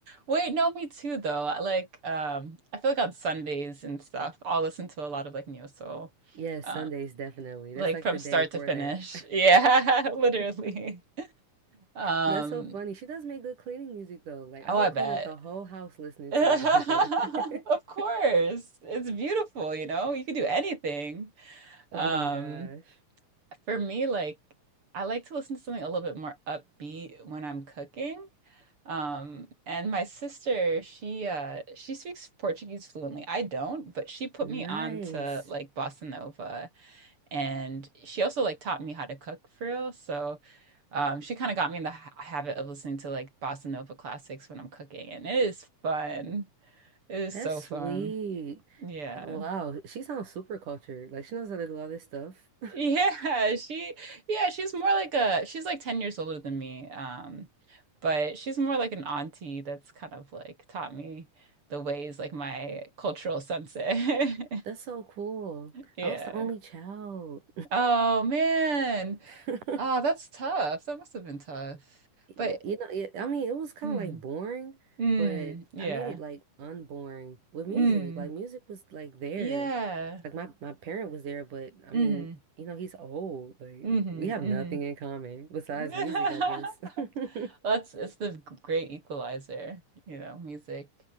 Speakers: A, on the right; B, on the right.
A: Wait, no, me too though. I Like, um, I feel like on Sundays and stuff, I'll listen to a lot of like neo soul,
B: yeah, Sundays
A: um,
B: definitely.
A: like
B: That's like
A: from
B: the
A: start
B: day for
A: to finish.
B: that.
A: Yeah, <laughs> literally.
B: <laughs>
A: Um,
B: That's so funny. She does make good cleaning music though. Like I
A: oh,
B: will
A: I bet.
B: clean up the whole house listening
A: <laughs>
B: to Anita.
A: Of course.
B: <laughs>
A: It's beautiful, you know? You can do anything.
B: Oh
A: Um,
B: my gosh.
A: For me, like I like to listen to something a little bit more upbeat when I'm cooking. Um, and my sister, she uh she speaks Portuguese fluently. I don't, but she put
B: Nice.
A: me on to like bossa nova and she also like taught me how to cook for real. So, um she kind of got me in the ha habit of listening to like bossa nova classics when I'm cooking and it is fun. It is
B: That's
A: so
B: sweet.
A: fun. Yeah.
B: Wow. She sounds super cultured. Like she knows how to do all this stuff. <laughs>
A: Yeah, she yeah, she's more like a she's like 10 years older than me. Um, but she's more like an auntie that's kind of like taught me the ways like my cultural sensei. <laughs>
B: That's so cool.
A: Yeah.
B: I was the only child.
A: Oh man.
B: <laughs>
A: Oh, that's tough. That must have been tough.
B: Y-
A: But
B: You know, it, I mean, it was kind
A: mm,
B: of like boring,
A: mm,
B: but
A: yeah.
B: I made it like unboring with music.
A: Mm,
B: Like music was like there.
A: yeah.
B: Like my my parent was there, but I
A: Mm-hmm.
B: mean, you know, he's old. Like
A: Mm-hmm.
B: we have
A: Mm-hmm.
B: nothing in common besides
A: <laughs>
B: music, I guess. <laughs>
A: that's it's the g- great equalizer, you know, music.